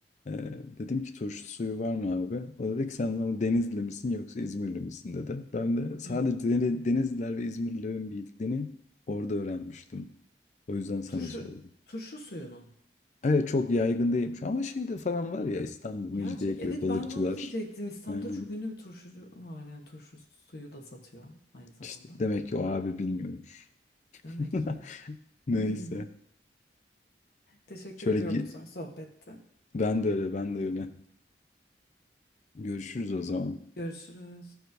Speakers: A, on the left (about 40°); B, on the left (about 55°).
A: e, dedim ki turşu suyu var mı abi? O dedi ki sen bana Denizli misin yoksa İzmirli misin dedi. Ben de sadece
B: Hı hı.
A: Deni- Denizliler ve İzmirlilerin bildiğini orada öğrenmiştim. O yüzden sana
B: Turşu
A: sordum.
B: turşu suyunu.
A: Evet çok yaygın değilmiş ama şeyde falan var ya İstanbul,
B: Gerçi
A: Mecidiyeköy,
B: evet
A: balıkçılar.
B: ben de onu diyecektim. İstanbul'da
A: Aynen.
B: çok ünlü bir turşucu var yani turşu suyu da satıyor aynı zamanda.
A: İşte demek ki o abi bilmiyormuş.
B: Demek
A: <laughs>
B: ki.
A: Neyse.
B: <laughs> Teşekkür
A: Şöyle
B: ediyorum
A: gi-
B: güzel sohbette.
A: ben de öyle, ben de öyle. Görüşürüz o zaman.
B: Görüşürüz.